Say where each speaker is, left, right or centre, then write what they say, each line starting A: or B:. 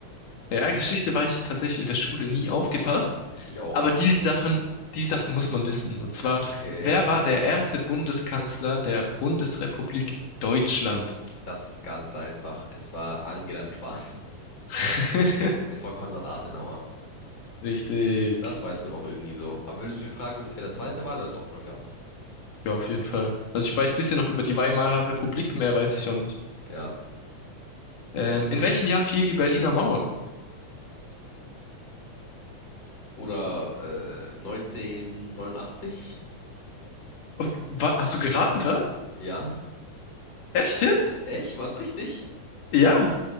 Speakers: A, on the left (about 80°); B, on the left (about 35°).
A: Ja, Geschichte war ich tatsächlich in der Schule nie aufgepasst.
B: Ich auch
A: Aber
B: nicht.
A: die Sachen, die Sachen muss man wissen. Und zwar,
B: Okay.
A: wer war der erste Bundeskanzler der Bundesrepublik Deutschland?
B: Das ist ganz einfach. Es war Angela mit Spaß.
A: <laughs>
B: Es war Konrad Adenauer.
A: Richtig.
B: Das weiß man noch irgendwie so. Aber wenn du mich fragen, würdest, wer der Zweite war, dann hört es auch schon wieder auf.
A: Ja, auf jeden Fall. Also ich weiß bisschen noch über die Weimarer Republik, mehr weiß ich auch nicht.
B: Ja.
A: Ähm, in welchem Jahr fiel die Berliner Mauer?
B: Oder äh, 1989?
A: Oh, wa- hast du geraten gerade?
B: Ja.
A: Echt jetzt?
B: Echt? War's richtig?
A: Ja.